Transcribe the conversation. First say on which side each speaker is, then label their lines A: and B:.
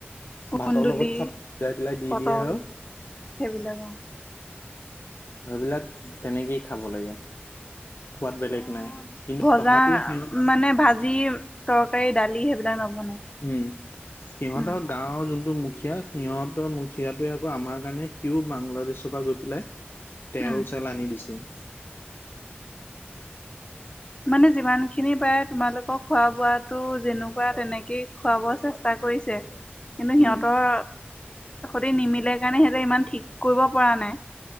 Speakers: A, on the left (about 25°); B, on the left (about 65°).
A: কুন্দুলি
B: ভাতৰ লগত চব সিজাই পেলাই দি দিয়ে
A: <unintelligible>
B: আৰু
A: সেইবিলাক অ,
B: সেইবিলাক তেনেকেই খাব লাগে। খোৱাত বেলেগ
A: অ,
B: নাই কিন্তু
A: ভজা
B: তথাপিও সিহঁত
A: মানে ভাজি তৰকাৰী দালি সেইবিলাক নবনাই।
B: উম, সিহঁতৰ
A: উম
B: গাঁৱৰ যোনটো মুখীয়া সিহঁতৰ মুখিয়াটোৱে আকৌ আমাৰ কাৰণে সিও বাংলাদেশৰ পৰা গৈ পেলাই তেল
A: উম
B: চেল আনি দিছে।
A: মানে যিমান খিনি পাৰে তোমালোকৰ খোৱা বোৱাতো যেনেকুৱা তেনেকে খুৱাব চেচ চেষ্টা কৰিছে কিন্তু সিহঁতৰ
B: উম
A: সতি নিমিলে কাৰণে সিহঁতে ইমান ঠিক কৰিব পৰা নাই।